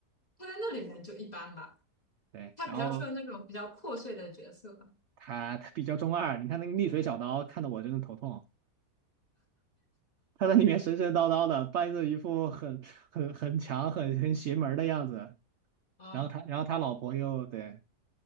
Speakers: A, on the left (about 35°); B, on the right (about 80°).
A: 他在那里面就一般吧，
B: 对，
A: 他比较适合那种比较破碎的角色。
B: 然后他他比较中二，你看那个溺水小刀看得我真的头痛，他在里面神神叨叨的，扮着一副很很很强很很邪门儿的样子，
A: 啊，
B: 然后他然后他老婆又对。